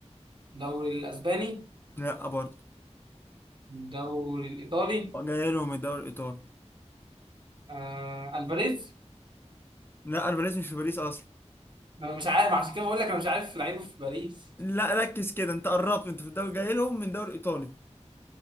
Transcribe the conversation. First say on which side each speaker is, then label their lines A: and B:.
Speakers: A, on the right; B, on the left.
A: الدوري الاسباني
B: لا برضه
A: الدوري الايطالي
B: جاي له من الدوري الإيطالي
A: آه... الفاريز
B: لا الباريس مش في باريس أصلا
A: انا مش عارف عشان كده بقول لك انا مش عارف لعيبة في باريس
B: لا ركز كده أنت قربت أنت في الدوري جاي لهم من الدوري الإيطالي